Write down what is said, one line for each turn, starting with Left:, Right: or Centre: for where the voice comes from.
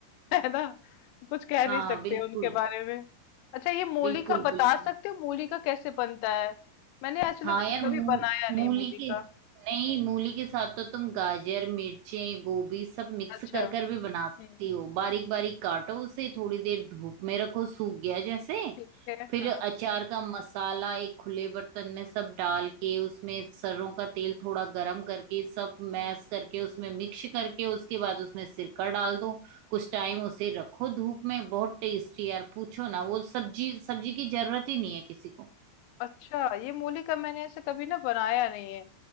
Left: <laughs> है ना कुछ कह
Right: हाँ
Left: नहीं सकते
Right: बिल्कुल
Left: उनके बारे में अच्छा ये मूली
Right: बिल्कुल
Left: का बता
Right: बिल्कुल
Left: सकते हो मूली का कैसे बनता है मैंने एक्चुअली
Right: हाँ यार है
Left: कभी
Right: ना मूल
Left: बनाया
Right: पर
Left: नहीं
Right: मूली
Left: मूली का
Right: के नहीं मूली के साथ तो तुम गाजर मिर्चें गोभी सब मिक्स
Left: अच्छा
Right: कर कर भी बना
Left: हम्म
Right: सकती हो बारीक बारीक काटो उसे थोड़ी देर धूप में रखो सूख गया जैसे
Left: ठीक है
Right: फिर
Left: हाँ
Right: अचार का मसाला एक खुले बर्तन में सब डाल के उसमें सरसों का तेल थोड़ा गरम करके सब मैश
Left: हाँ।
Right: करके उसमें मिक्स करके उसके बाद उसमें सिरका डाल दो कुछ टाइम उसे रखो धूप में बहुत टेस्टी यार पूछो ना वो सब्जी सब्जी की जरूरत ही नहीं है किसी को
Left: अच्छा ये मूली का मैंने ऐसे कभी ना बनाया नहीं है